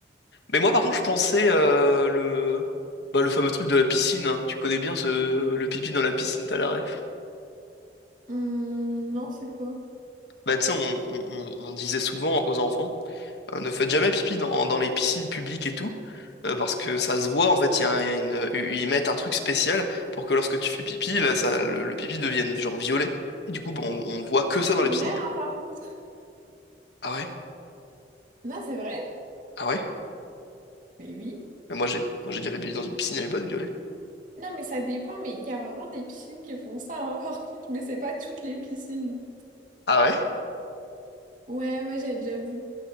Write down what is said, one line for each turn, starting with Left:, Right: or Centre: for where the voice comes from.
Left: Mais moi par contre je pensais euh, le... Bah, le fameux truc de la piscine, hein. Tu connais bien ce... le pipi dans la piscine, t'as la ref.
Right: Hum, non, c'est quoi?
Left: Bah tu sais, on, on- on- on disait souvent aux enfants, euh, ne faites jamais pipi dans, dans les piscines publiques et tout, euh, parce que ça se voit, en fait, il y a, il y a une... ils mettent un truc spécial pour que lorsque tu fais pipi, là, ça, le, le pipi devienne genre violet. Et du coup, bah, on, on voit que
Right: Mais ça,
Left: ça
Right: c'est
Left: dans les
Right: vrai,
Left: piscines.
Right: hein, par contre.
Left: Ah ouais?
Right: Non, c'est vrai?
Left: Ah ouais?
Right: Mais oui.
Left: Mais moi j'ai moi j'ai déjà fait pipi dans une piscine, il n'y avait pas de violet.
Right: Non, mais ça dépend, mais il y a vraiment des piscines qui font ça, hein, <laughs> par contre, mais c'est pas toutes les piscines.
Left: Ah ouais?
Right: Ouais, ouais, j'avais déjà vu.